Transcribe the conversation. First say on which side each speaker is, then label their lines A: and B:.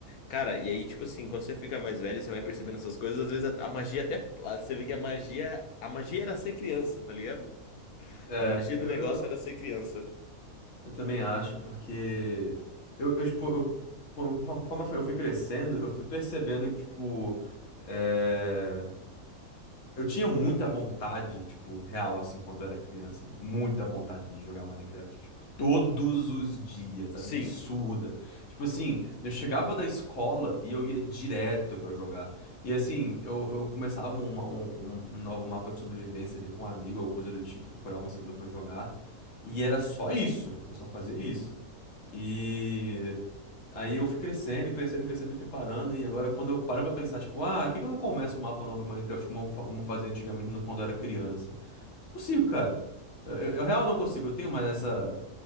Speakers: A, on the left; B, on the left.
A: Cara, e aí, tipo assim, quando você fica mais velho, você vai percebendo essas coisas, às vezes a, a magia até. Você vê que a magia. A magia era ser criança, tá ligado?
B: É,
A: A magia
B: eu,
A: do negócio
B: eu,
A: era ser criança.
B: eu também acho, porque eu, eu, tipo, eu, con- conforme eu fui eu fui crescendo, eu fui percebendo que, tipo, é, Eu tinha muita vontade, tipo, real, assim, quando eu era criança, muita vontade de jogar Minecraft, tipo, todos os dias,
A: Sim,
B: absurda. Tipo assim, eu chegava da escola e eu ia direto pra jogar. E assim, eu, eu começava uma- um, um- um novo mapa de sobrevivência ali com um amigo ou coisa do tipo, procurava um servidor pra jogar. E era só isso, eu só fazia isso. E. Aí eu fui crescendo, crescendo, crescendo e fui parando. E agora, quando eu paro pra pensar, tipo, ah, por que que eu não começo um mapa novo em Minecraft como eu, fa- como eu fazia antigamente no- quando eu era criança? Não consigo, cara. Eu, eu, eu real não consigo. Eu tenho mais essa,